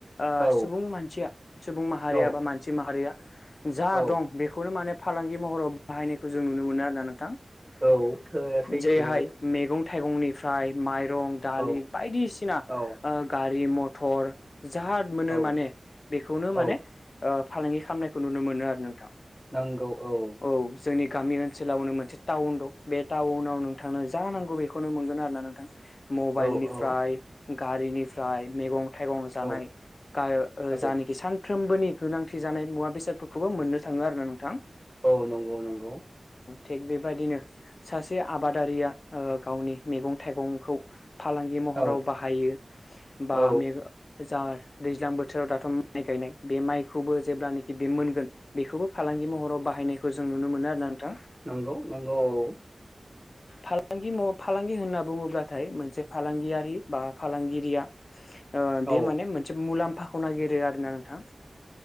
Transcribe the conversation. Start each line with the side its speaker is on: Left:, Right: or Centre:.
Left: ओ
Right: औ
Left: सुबुं मानसिया सुबुं माहारिया
Right: औ
Left: बा मानसि माहारिया जा
Right: औ
Left: दं बेखौनो माने फालांगि महराव बाहायनायखौ जों नुनो मोनो आरोना नोंथां ।
Right: औ थो सैथो
Left: जेहाय
Right: औ
Left: मेगं थाइगंनिफ्राय माइरं दालि
Right: औ
Left: बायदिसिना
Right: औ
Left: ओ गारि मथर जा मोनो
Right: औ
Left: माने बेखौनो
Right: औ
Left: माने ओ फालांगि खालामनायखौ नुनो मोनो आरो नोंथां ।
Right: नोंगौ औ ।
Left: औ जोंनि गामि ओनसोलावनो मोनसे टाउन दं बे टाउनाव नोंथांनो जा नांगौ बेखौनो मोनगोन आरो ना ना नोंथां मबाइलनिफ्राय,
Right: औ औ
Left: गारिनिफ्राय, मेगं थाइगं जानाय
Right: औ
Left: गाय ओ
Right: औ
Left: जानोखि सान फ्रोमबोनि गोनांथि जानाय मुवा बेसादफोरखौबो मोननो थाङो आरो ना नोंथां ।
Right: औ नंगौ नंगौ
Left: थिग बेबायदिनो सासे आबादारिया ओ गावनि मेगं थाइगंखौ फालांगि महराव
Right: औ
Left: बाहायो बा
Right: औ
Left: मे जा दैज्लां बोथोराव दाथ' माइ गायनाय बे माइखौबो जेब्लानाखि बे मोनगोन बेखौबो फालांगि महराव बाहायनायखौ जों नुनो मोनो आरो ना नोंथां ।
Right: नोंगौ नोंगौ औ औ
Left: फालांगि माव फालांगि होनना बुङोब्लाथाय मोनसे फालांगियारि बा फालांगिरिया ओ
Right: औ
Left: बे
Right: औ
Left: माने मोनसे मुलाम्फाखौ नागिरो आरो ना नोंथां